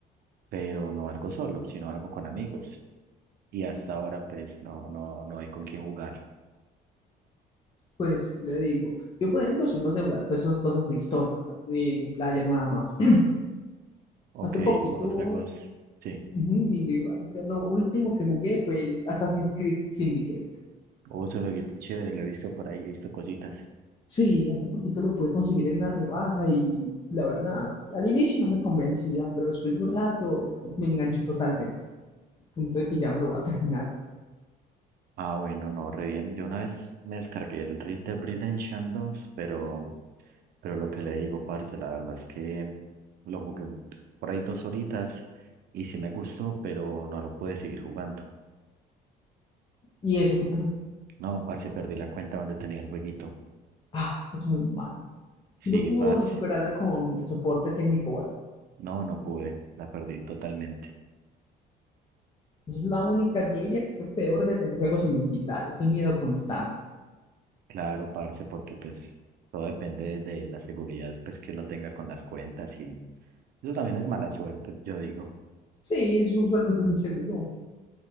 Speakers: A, on the right; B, on the left.
A: pero no algo solo, sino algo con amigos. Y hasta ahora, pues no, no, no hay con quién jugar.
B: Pues, ¿qué le digo? Yo, por ejemplo, soy más de jugar cosas, cosas de historia, de un player nada más. <clears throat>
A: Ok,
B: Hace poquito,
A: por los juegos, sí.
B: ujú, de individual, o sea, lo último que jugué fue el Assassin's Creed Syndicate.
A: Hubo su jueguito chévere, lo he visto por ahí, he visto cositas.
B: Sí, hace poquito lo pude conseguir en una rebaja y la verdad, al inicio no me convencía, pero después de un rato me enganchó totalmente, al punto de que ya me lo voy a terminar.
A: Ah, bueno, no, re bien. Yo una vez me descargué el Red Dead Redemption dos, pero, pero lo que le digo, parce, la verdad es que lo jugué por ahí dos horitas y sí me gustó, pero no lo pude seguir jugando.
B: Y eso, porque no?
A: No, parce, perdí la cuenta donde tenía el jueguito.
B: Ah, esa es muy mala
A: Sí,
B: Y no pudo
A: parce.
B: recuperarla con el soporte técnico, bueno,
A: No, no pude. La perdí totalmente.
B: Esa es la única, yo diría que es lo peor de tener juegos en digital, ese miedo constante.
A: Claro, parce, porque pues todo depende de la seguridad pues que uno tenga con las cuentas y eso también es mala suerte, yo digo.
B: Sí, eso usualmente es muy seguro.